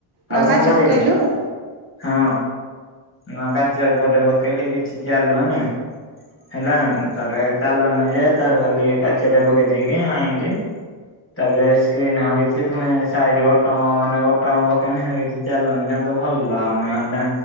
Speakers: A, on the left; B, on the right.
A: ଆଉ
B: ନା କାଚ
A: କଣ କରିବି?
B: ପକେଇଲୁ ହୁଁ।
A: ହଁ ନୂଆ କାଚ ଉପରେ ପକେଇଲି କିଛି ଚାଲୁନି ହେଲା ତାପରେ ଚାଲୁନି ଯେ ତାପରେ ଗଲି କାଚଟେ ପକେଇ ଦେଇକି ଆଇଁଲି। ତାପରେ ‍ ସ୍କ୍ରିନ୍ ଆଣିତି ପୁଣି ସାଇଡ ବଟମ ମାନେ ବଟମ ପକେଇନି ସେଟା କିଛି ଚାଲୁନି, ଜମାମତେ ଭଲ ଲାଗୁନି ହେଲା।